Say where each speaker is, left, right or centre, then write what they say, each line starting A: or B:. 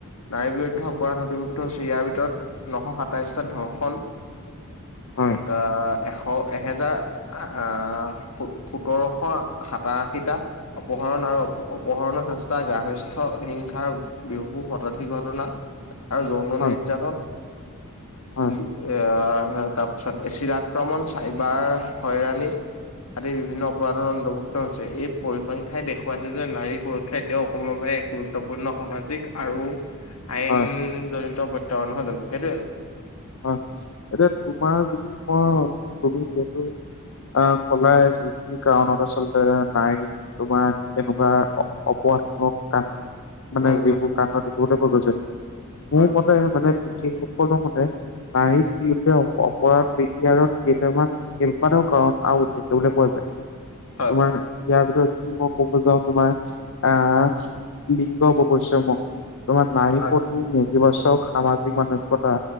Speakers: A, on the left (about 75°); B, on the left (about 60°).
A: নাৰীৰ বিৰুদ্ধে অপৰাধ নধিভুক্ত হৈছে ইয়াৰ ভিতৰত নশ সাতাইশটা ধৰ্ষণ
B: হয়,
A: আহ এশ এহেজাৰ আহ আ সো সোতৰশ সাত তাৰ আশীটা অপহৰণ আৰু উপহৰণৰ চেচ এটা গ্ৰাহথস্থ হিংসাৰ বিহু শতাধিক ঘটনা আৰু যৌন
B: হয়,
A: নিৰ্যাতন
B: হয়,
A: চি আহ হ তাত চে এচিড আক্ৰমণ চাইবাৰ হয়ৰাণী আদি বিভিন্ন অপৰাধৰ অন্তৰ্ভুক্ত কৰা হৈছে এই পৰিসংখ্যাই দেখুৱাইছে যে নাৰী সুৰক্ষা এতিয়াও অসমৰ বাবে এক গুৰুত্বপূৰ্ণ সামাজিক আৰু আইনজনিত
B: হয়,
A: প্ৰত্যাহ্বান নহয় নাই সেইটোৱেই
B: অ এতিয়া তোমাৰ যদি মই তুমি যিহেতু অ কলাই যিখিনি কাৰণত আচলতে নাৰী তোমাৰ এনেকুৱা অ অপৰাধমুলক কাম মানে
A: উম
B: যিবোৰ
A: উম
B: কাণ্ড দেখিবলৈ পোৱা গৈছে মোৰ
A: হয়
B: মতে মানে বিশেষ সকলো মতে নাৰী বিৰুদ্ধে অ অপৰাধ বিদ্যালত কেইটামান কাৰণ আৰু দেখিবলে পোৱা যায়
A: হয়
B: তোমাৰ ইয়াৰ ভিতৰত যদি মই ক'ব যাওঁ তোমাৰ আহ লিংগ ব ৱৈচ্যম তোমাৰ নাৰীৰ
A: হয়
B: প্ৰতি নেতিবাচক সামাজিক মানস্যতা